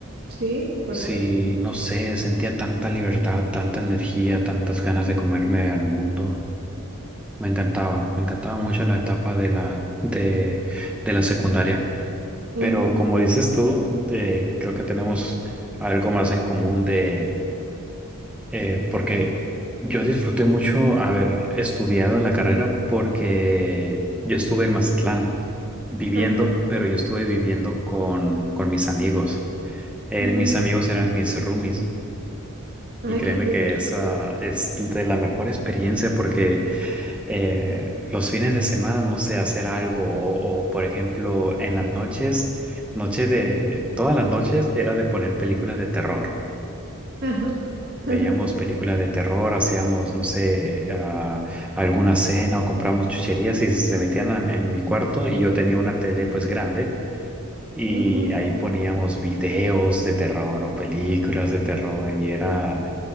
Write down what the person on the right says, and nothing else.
Sí, ¿por
qué?
Ujú,
Ajá.
mm,
Ay,
qué cool.
Ajá. <laughs>
ujú,